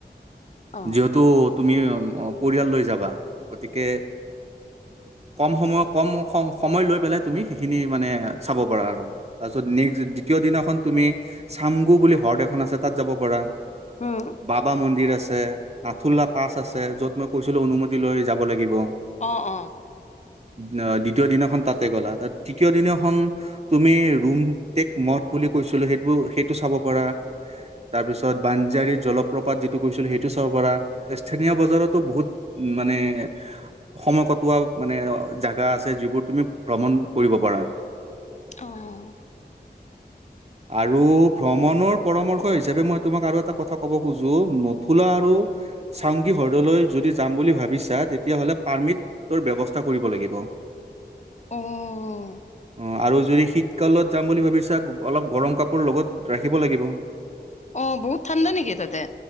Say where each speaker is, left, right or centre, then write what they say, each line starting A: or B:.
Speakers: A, on the left; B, on the right.
A: অ',
B: যিহতু তুমি অ পৰিয়াল লৈ যাবা গতিকে কম সময় কম সম সময় লৈ পেলাই তুমি সেইখিনি মানে চাব পাৰা আৰু তাৰপিছত নেক্স দ্বিতীয় দিনাখন তুমি চামগু বুলি হ্ৰদ এখন আছে তাত যাব পাৰা
A: উম,
B: বাবা মন্দিৰ আছে নাথুলা পাছ আছে য'ত মই কৈছিলো অনুমতি লৈ যাব লাগিব
A: অঁ অঁ
B: <inaudible> দ্বিতীয় দিনাখন তাতে গ'লা তাত তৃতীয় দিনাখন তুমি ৰুম টেক মদ বুলি কৈছিলো সেইবোৰ সেইটো চাব পাৰা তাৰপিছত বাঞ্জাৰীৰ জলপ্ৰপাত যিটো কৈছিলো সেইটো চাব পাৰা স্থানীয় বজাৰতো বহুত মানে সময় কটোৱা মানে জেগা আছে যিবোৰ তুমি ভ্ৰমণ কৰিব পাৰা
A: অঁ
B: আৰু ভ্ৰমণৰ পৰামৰ্শ হিচাপে মই তোমাক আৰু এটা কথা ক'ব খোজো নুথুলা আৰু চাউংগী হ্ৰদলৈ যদি যাম বুলি ভাবিছা তেতিয়াহ'লে পাৰ্মিট তৰ ব্যৱস্থা কৰিব লাগিব
A: অঁ
B: অ আৰু যদি শীতকালত যাম বুলি ভাবিছা অলপ গৰম কাপোৰ লগত ৰাখিব লাগিব
A: অ বহুত ঠাণ্ডা নেকি তাতে